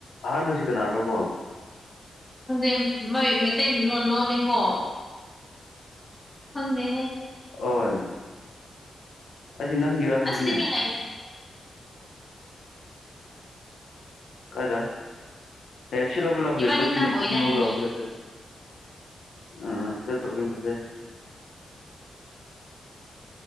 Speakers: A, on the left; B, on the left.
A: ꯑꯍꯥꯟꯕꯁꯦ ꯀꯅꯥꯔꯣꯕꯣ
B: ꯦ ꯃꯣꯏ ꯃꯩꯇꯩ ꯂꯣꯟ ꯂꯣꯟꯅꯤꯀꯣ ꯍꯪꯦ
A: ꯑꯣꯏ ꯑꯗꯨꯆ ꯅꯪꯒꯤꯔꯣꯦꯕꯅꯦ
B: ꯑꯁꯤꯗ ꯃꯤ ꯂꯩ
A: ꯀꯥꯏꯗ ꯍꯦ ꯁꯤ ꯂꯕꯨ ꯂꯕ
B: ꯏꯕꯥꯅꯤꯇꯪ
A: ꯇꯄꯤ
B: ꯑꯣꯏꯗꯥꯏꯅꯦ
A: ꯇꯄꯤ ꯂꯕꯨ ꯂꯑꯣ ꯂ ꯑꯝ ꯁꯠꯇꯁꯦ